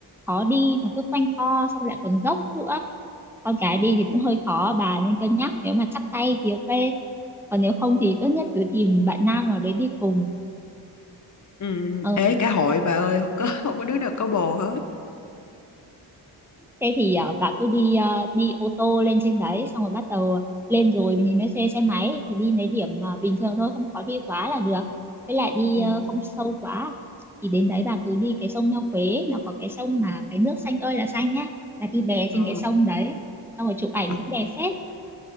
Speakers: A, in the centre; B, on the left.
A: khó đi nó cứ quanh co xong lại còn dốc nữa. Con gái đi thì cũng hơi khó bà nên cân nhắc nếu mà chắp tay thì ok. Còn nếu không thì tốt nhất cứ tìm bạn nam nào đấy đi cùng.
B: Ừ.
A: Ờ,
B: Ê, cả hội bà ơi, không có <laughs> không có đứa nào có bồ hết.
A: thế thì à, bà cứ đi à, đi ô tô lên trên đấy xong rồi bắt đầu lên rồi thì mới thuê xe máy thì đi mấy điểm à, bình thường thôi không có đi quá là được với lại đi
B: Ừ.
A: à, không sâu quá thì đến đấy bà cứ đi cái sông Nho Quế nó có cái sông mà cái nước xanh ơi là xanh nhá bà đi bè
B: Ờ.
A: trên cái sông đấy xong rồi chụp ảnh
B: ờ.
A: cũng đẹp phết